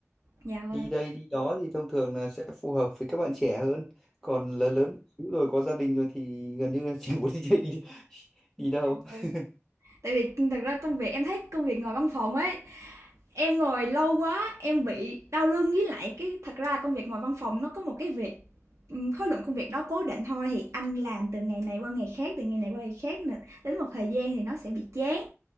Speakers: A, on the right; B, in the centre.
A: dạ vâng
B: đi đây đi đó thì thông thường là sẽ phù hợp với các bạn trẻ hơn còn lớn lớn một xíu rồi có gia đình rồi thì gần như là <laughs> chẳng muốn đi chơi đi đi đâu
A: dạ vâng
B: <laughs>
A: tại vì thật ra công việc em thấy công việc ngồi văn phòng ấy Em ngồi lâu quá, em bị đau lưng với lại cái thật ra công việc ngồi văn phòng nó có một cái việc khối lượng công việc đó cố định thôi thì anh làm từ ngày này qua ngày khác, từ ngày này qua ngày khác nè, đến một thời gian thì nó sẽ bị chán,